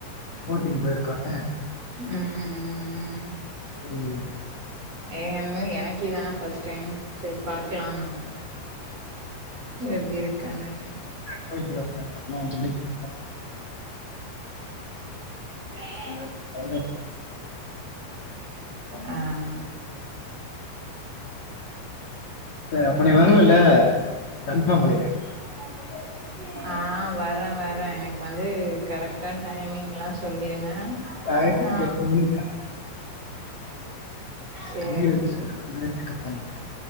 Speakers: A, on the left; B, on the right.
A: போட்டிங் போயிருக்கானு
B: ம் ம் ம் ம்
A: புரியும்
B: ஏ அம்மு எனக்கே இதானே ஃபர்ஸ்ட் டைம் செரி பாக்கலான்னானா எப்டி இருக்கானான்ட்டு
A: கோயிலுகுள்ள உக்காரனு இல்லனா அஞ்சு மணிக்கு மேல தா
B: தே
A: வேற‌ அங்க
B: ஆ
A: செ அப்ப நீ வருவல்ல கன்ஃபார்ம் பண்ணிரு
B: மதியானத் தோடே இருக்கு ஆ வரே வரே எனக்கு வந்து கரெக்ட்டா டைமிங்லா சொல்லிருங்க
A: டைம்
B: ஆ
A: எட்டு‌மணிக்கா எட்டு
B: சேரி
A: மணிக்கு ரெடியா
B: சேரி
A: இரு நா வந்தோன பிக்கப் பண்ணிக்கிறே